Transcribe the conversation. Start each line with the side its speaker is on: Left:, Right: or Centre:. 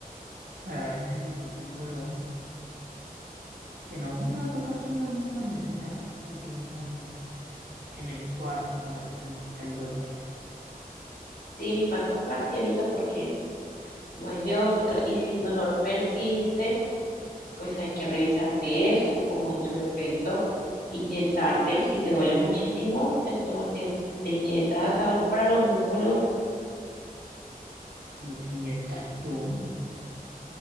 Right: para ver si se me quita el dolor. Si no, me va a tocar ponerme a caminar un rato, aquí mismo en el, en el cuarto, para que se me quite el dolor,
Left: Sí, va a tocar, cielito, porque no hay de otra. Y si el dolor persiste, pues hay que revisarte eso o en su defecto, inyectarte. Si te duele muchísimo, te, to- te, te inyectas algo para los músculos,
Right: porque no te inyectas tú. O